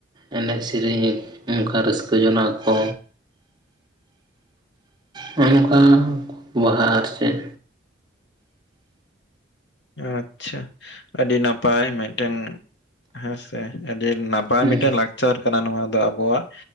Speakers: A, on the right; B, on the left.
A: ᱮᱱᱮᱡ ᱥᱮᱨᱮᱧ ᱚᱝᱠᱟ ᱨᱟᱹᱥᱠᱟᱹ ᱡᱚᱱᱟᱜ ᱟᱠᱚ ᱦᱚᱸᱜᱼ ᱱᱚᱝᱠᱟ ᱵᱚᱦᱟ ᱟᱨ ᱪᱮᱫ
B: ᱟᱪᱪᱷᱟ ᱟᱹᱰᱤ ᱱᱟᱯᱟᱭ ᱢᱮᱫᱴᱮᱱ ᱦᱮᱸᱥᱮ ᱟᱹᱰᱤ ᱱᱟᱯᱟᱭ
A: ᱦᱮᱸ
B: ᱢᱤᱫᱴᱮᱱ ᱞᱟᱠᱪᱟᱨ ᱠᱟᱱᱟ ᱱᱚᱣᱟ ᱫᱚ ᱟᱵᱚᱣᱟᱜ